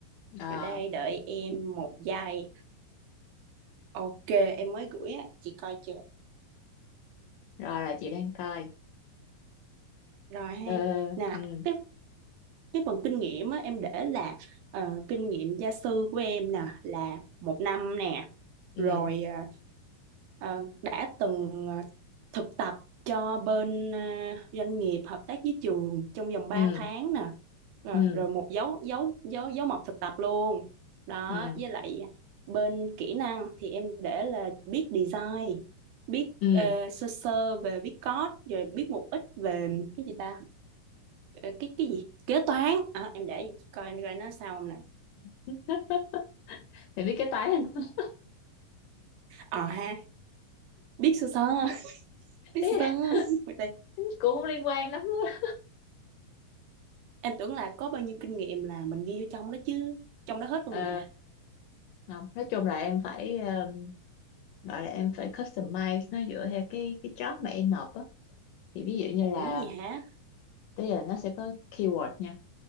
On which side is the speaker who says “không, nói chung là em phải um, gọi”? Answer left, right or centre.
Left